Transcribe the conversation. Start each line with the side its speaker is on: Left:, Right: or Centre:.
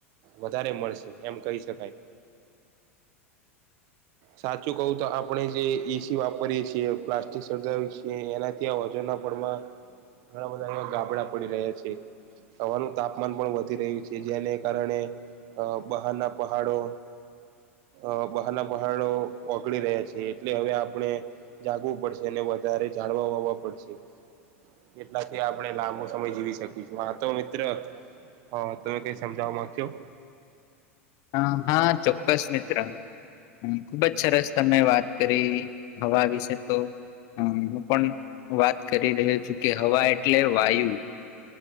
Right: વધારે મળશે એમ કહી શકાય. સાચું કહું તો આપણે જે એસી વાપરીએ છીએ. પ્લાસ્ટિક સળગાવી કે એનાથી આ ઓજોનના પળમાં ઘણા બધા એ ગાબડા પડી રહ્યા છે. હવાનું તાપમાન પણ વધી રહ્યું છે જેને કારણે અ બહારના પહાડો અ બહારના પહાડો ઓગડીી રહ્યા છે. એટલે હવે આપણે જાગવું પડશે એને વ વધારે જાળવા હોવા પડશે. એટલાથી આપણે લાંબો સમય જીવી શકીએ. તો મિત્ર હ તમે કઈ સમજાવવા માંગશો?
Left: હ હા ચોક્કસ મિત્ર. હ ખુબ જ સરસ તમે વાત કરી હવા વિશે તો હું પણ વાત કરી રહ્યો છું. કે હવા એટલે વાયુ.